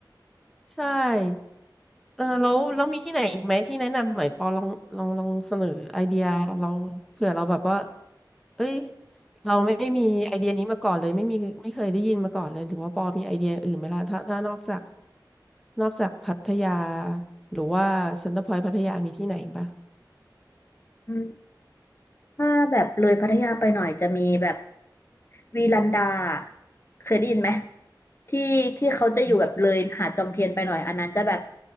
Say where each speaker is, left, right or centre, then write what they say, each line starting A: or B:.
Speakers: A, in the centre; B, on the left.
A: ใช่เออแล้วแล้วมีที่ไหนอีกไหมที่แนะนำหน่อยปอลองลองลองเสนอไอเดียลองเผื่อเราแบบว่าเอ้ยเราไม่ได้มีไอเดียนี้มาก่อนเลยไม่มีไม่เคยได้ยินมาก่อนเลยหรือว่าปอมีไอเดียอื่นไหมล่ะถ้าถ้านอกจากนอกจากพัทยาหรือว่าเซ็นเตอร์พอยต์พัทยามีที่ไหนอีกปะ
B: อืม ถ้าแบบเลยพัทยาไปหน่อยจะมีแบบวีลันดาเคยได้ยินไหมที่ที่เขาจะอยู่แบบเลยหาดจอมเทียนไปหน่อยอันนั้นจะแบบ
A: เหมือน